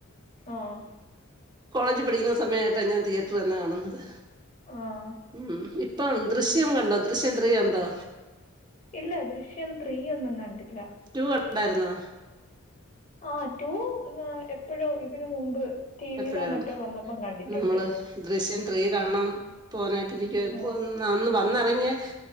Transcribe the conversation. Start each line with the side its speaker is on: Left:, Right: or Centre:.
Left: ആഹ്
Right: കോളേജീ പഠിക്കുന്ന സമയായിട്ടാ ഞാൻ തിയേറ്റർ തന്നെ കാണുന്നത്.
Left: ആഹ്
Right: ഉം ഇപ്പം ദൃശ്യം കണ്ടോ ദൃശ്യം ത്രീ കണ്ടോ?
Left: ഇല്ല ദൃശ്യം ത്രീ ഒന്നും കണ്ടില്ല.
Right: ടു കണ്ടായിരുന്നോ
Left: ആ റ്റു ന്നാ എപ്പോഴോ ഇതിന് മുമ്പ് ടി
Right: എപ്പോഴാണ്
Left: വിയിലോ മറ്റോ വന്നപ്പം കണ്ടിട്ടുണ്ട്
Right: നമ്മള് ദൃശ്യം ത്രീ കാണാം പോവാനായിട്ടിരിക്കുവാര്ന്നു
Left: ആഹ്
Right: അന്ന് വ ന്നറങ്ങിയെ